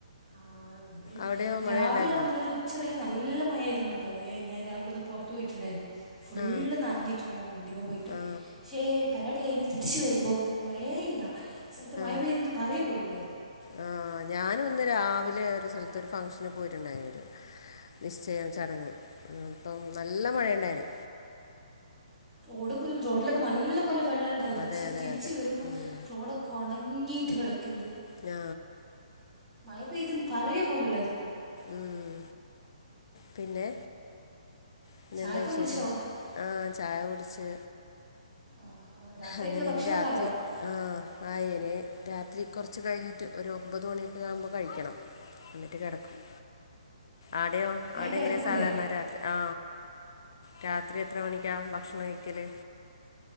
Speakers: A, in the centre; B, on the left (about 40°).
A: ആഹ് ഇവിടെയും
B: അവിടെയോ മഴ
A: രാവിലെ
B: ഉണ്ടായിരുന്നോ
A: മൊതല് ഒരു ഉച്ചവരെ ന - നല്ല മയമായിരുന്നു കേട്ടോ ഏ ഞാൻ രാവിലെ ഒന്ന് പൊറത്ത് പോയിട്ടുണ്ടായിരുന്നു ഫുള്ള്
B: ആ
A: നനഞ്ഞിട്ടുണ്ടായിരുന്നു വണ്ടിമ്മെ പോയിട്ട്
B: ആ
A: പക്ഷേ പരാടി കയ്ഞ് തിരിച്ച് വെരുമ്പം മഴേ ഇല്ല ഈ സ്ഥലത്ത് മഴ
B: ആ
A: പെയതെന്ന് പറയ പോലുല്ലായിരുന്നു
B: ആ ഞാനുന്ന് രാവിലെ ഒരു സ്ഥൽത്ത് ഒരു ഫംഗ്ഷന് പോയിട്ടുണ്ടായിന്നൊരു നിശ്ചയം ചടങ് അപ്പം നല്ല മഴണ്ടായിന്ന്
A: റോഡും റോഡ്ലൊക്കെ നല്ലപോലെ വെള്ളം ണ്ടായിരുന്നു
B: അതെ
A: പക്ഷെ
B: അതെ
A: തിരിച്ചു
B: അതെ
A: വെരുമ്പം
B: ഉം.
A: റോഡോക്കൊ ണങ്ങിട്ട് കെടക്ക്ണ്ട്
B: ആ
A: മയ പെയ്ത്ന്ന് പറയ പോലുല്ലായിര്ന്നു
B: ഉം പിന്നെ പിന്നെന്താ
A: ചായയൊക്കെ
B: വിശേഷം
A: കുടിച്ചോ
B: ആ ചായ കുടിച്ച്
A: ആ രാത്രിയൊക്കെയുള്ള
B: അങ്ങനെ
A: ഭക്ഷണമൊക്കെ
B: ഇനി രാത്രി
A: ആയോ
B: ആ ആയിനി രാത്രി കൊർച്ച് കയ്ഞ്ട്ട് ഒരു ഒമ്പത് മണിയൊക്കാവുമ്പോ കഴിക്കണം ന്ന്ട്ട് കെടക്കും ആടെയോ
A: വേഗം
B: ആടെങ്ങനെയാ
A: കിടക്കൂലേ
B: സാധാരണ രാത്രി ആ രാത്രി എത്ര മണിക്കാ ഭക്ഷണം കഴിക്കല്